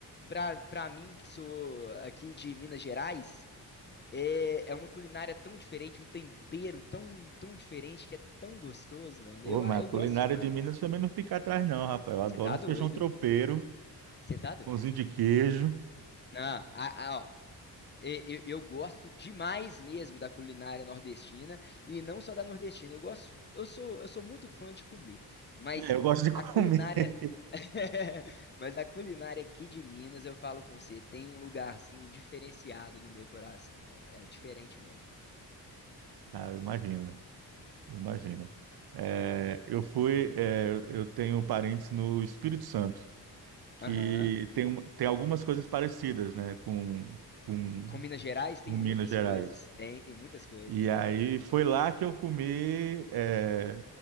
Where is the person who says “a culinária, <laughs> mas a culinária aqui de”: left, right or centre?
Left